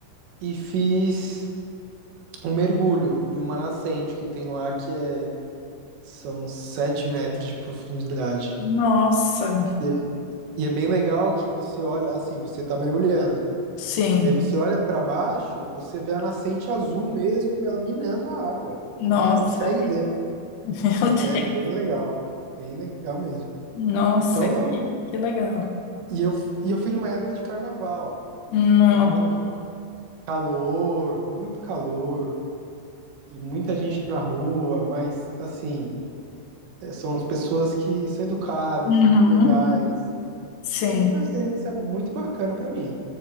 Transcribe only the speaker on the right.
E fiz um mergulho em uma nascente que tem lá, que é, são 7 metros de profundidade.
E é, e é bem legal que você olha, assim, você tá mergulhando.
E aí você olha para baixo, você vê a nascente azul mesmo, ela minando a água.
Você consegue ver.
É bem legal. Bem legal mesmo.
Então eu.
E eu, e eu fui numa época de carnaval.
Então, calor, muito calor. e muita gente na rua, mas assim, é, são as pessoas que são educadas,
muito legais.
Então foi uma experiência muito bacana pra mim.